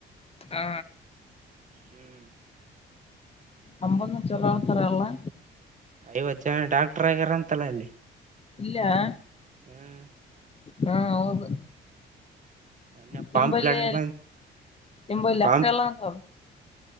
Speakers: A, on the left (about 30°); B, on the right (about 40°).
A: ಹಾ
B: ಹ್ಮ್
A: ಅಮ್ಮಂದುನು ಚಲೋ ಅಂತಾರೆ ಎಲ್ಲಾ
B: ಐವತ್ತು ಜನ ಡಾಕ್ಟರ್ ಆಗ್ಯಾರ ಅಂತಲ್ಲ ಅಲ್ಲಿ
A: ಇಲ್ಲೇ ಹ
B: ಹ್ಮ್
A: ಹಾ ಹೌದು
B: ಮೊನ್ನೆ
A: ನಿಂಬಲ್ಲಿ
B: ಪಾಂಪ್ಲೆಟ್ ಬಂದ್
A: ನಿಂಬಲ್ಲಿ ಲೆಕ್ಕಿಲ್ಲ
B: ಪಾಂಪ್
A: ಅಂತ ಅದು